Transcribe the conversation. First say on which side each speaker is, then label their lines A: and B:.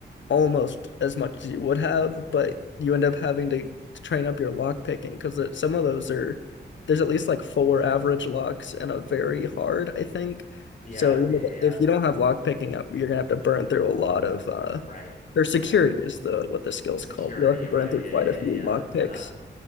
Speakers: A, on the left (about 80°); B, on the left (about 45°).
A: almost as much as you would have, but you end up having to train up your lock picking because some of those are there's at least like four average locks and a very hard, I think.
B: Yeah,
A: So you
B: yeah,
A: know,
B: yeah. yeah.
A: if you don't have lock picking up, you're gonna have to burn through a lot of uh
B: Right,
A: or security
B: right.
A: is the what the skill's
B: Security,
A: called. You'll have to burn
B: right.
A: through
B: Yeah,
A: quite
B: yeah,
A: a few
B: yeah.
A: lockpicks,
B: Uh-huh.